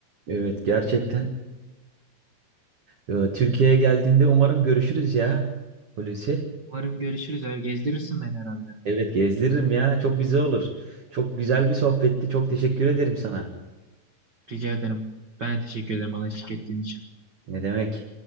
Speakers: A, on the right; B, on the right.
A: Evet gerçekten e, Türkiye'ye geldiğinde umarım görüşürüz ya Hulusi.
B: Umarım görüşürüz abi. Gezdirirsin beni herhalde.
A: Evet gezdiririm ya çok güzel olur. Çok güzel bir sohbetti. Çok teşekkür ederim sana.
B: Rica ederim. Ben de teşekkür ederim bana eşlik ettiğin için.
A: Ne demek?